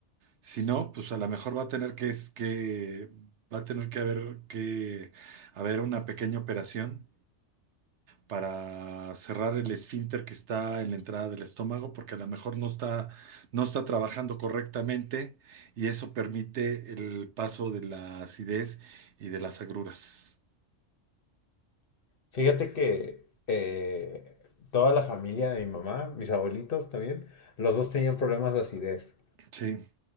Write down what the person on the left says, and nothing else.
Fíjate que eh, toda la familia de mi mamá, mis abuelitos también, los dos tenían problemas de acidez.